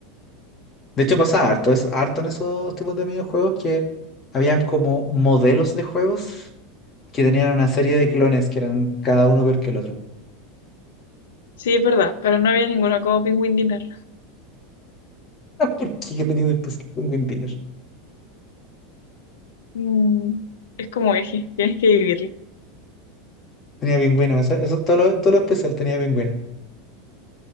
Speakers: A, on the left (about 25°); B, on the left (about 60°).
A: De hecho, pasaba harto, es, harto en esos tipos de videojuegos que habían como modelos de juegos que tenían una serie de clones que eran cada uno peor que el otro.
B: Sí, es verdad, pero no había ninguno como Penguin Dinner.
A: <laughs> ¿Por qué tenía después Penguin Dinner?
B: Mm, es como eje, tienes que vivirlo.
A: Tenía pingüinos, eso, eso- todo lo, todo lo especial tenía pingüinos.